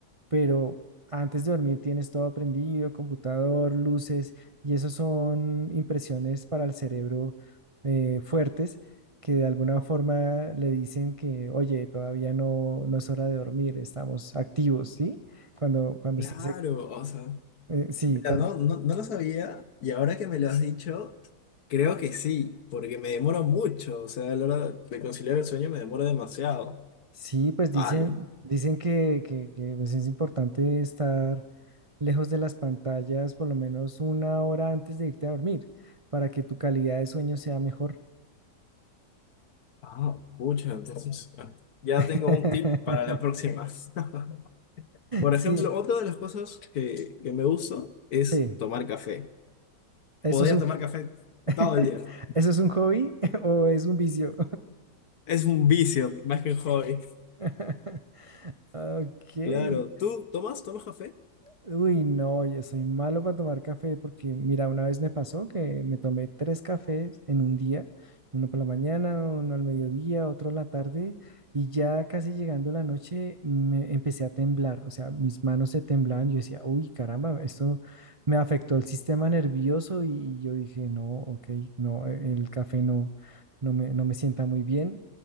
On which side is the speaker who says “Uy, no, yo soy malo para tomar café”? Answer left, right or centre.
Right